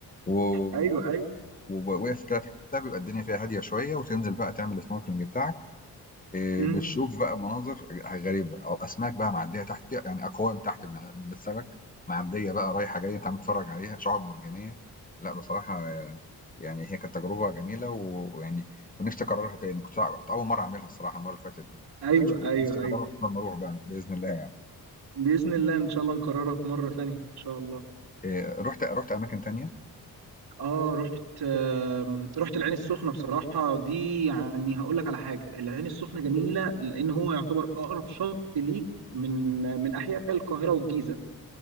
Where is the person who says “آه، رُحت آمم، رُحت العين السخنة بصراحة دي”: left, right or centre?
Right